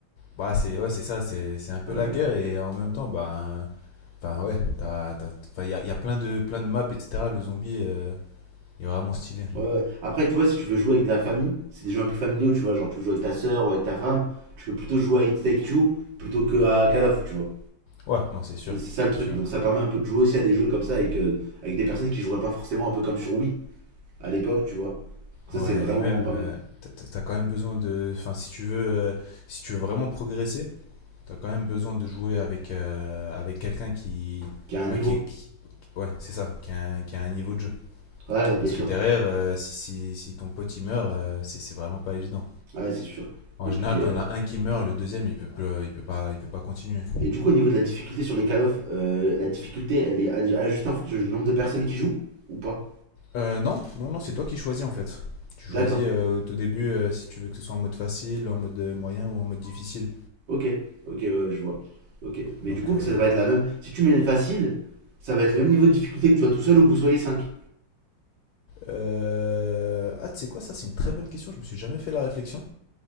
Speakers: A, on the left (about 85°); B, on the right (about 80°).
A: Bah, c'est ouais, c'est ça, c'est c'est un peu
B: Euh,
A: la guerre et en même temps, bah. Enfin, ouais, t'as, t'as, enfin, il y a, il y a plein de, plein de maps, etc. Le zombie euh, il est vraiment stylé.
B: ouais, ouais. Après, tu vois, si tu veux jouer avec de la famille, c'est des jeux un peu familiaux, tu vois. Genre, tu veux jouer avec ta soeur ou avec ta femme, tu peux plutôt jouer à It Take Two plutôt que à Call of, tu vois.
A: Ouais, non, c'est sûr,
B: C'est c'est ça le truc.
A: c'est sûr.
B: Donc, ça permet un peu de jouer aussi à des jeux comme ça avec, euh, avec des personnes qui joueraient pas forcément un peu comme sur Wii à l'époque, tu vois. Donc, ça,
A: Ouais,
B: c'est vraiment,
A: et même,
B: vraiment pas
A: euh,
B: mal.
A: t'as t'as- t'as quand même besoin de. Enfin, si tu veux, euh, si tu veux vraiment progresser. T'as quand même besoin de jouer avec, euh, avec quelqu'un qui.
B: Qui a un
A: Enfin,
B: niveau.
A: qui, est- qui- Ouais, c'est ça, qui a, un, qui a un niveau de jeu.
B: Ouais, ouais, bien
A: Parce
B: sûr.
A: que derrière, euh, si, si, si ton pote il meurt, euh, c'est c'est vraiment pas évident.
B: Ouais, c'est sûr.
A: En
B: Et
A: général,
B: puis,
A: quand
B: euh,
A: on a un qui meurt, le deuxième il peut, plus- il peut, pas, il peut pas continuer.
B: et du coup, au niveau de la difficulté sur les Call of, euh, la difficulté, elle est ad- ajustée en fonction du nombre de personnes qui jouent ou pas
A: Euh, non, non, non, c'est toi qui choisis en fait. Tu choisis
B: D'accord.
A: euh, au tout début euh, si tu veux que ce soit en mode facile, en mode euh, moyen ou en mode difficile.
B: Ok, ok, ouais, ouais, je vois. Ok. Mais
A: Donc,
B: du coup,
A: euh,
B: que ça va
A: mais-
B: être la même. Si tu mets facile, ça va être le même niveau de difficulté que tu sois tout seul ou que vous soyez cinq.
A: Euh, ah, tu sais quoi, ça c'est une très bonne question, je me suis jamais fait la réflexion.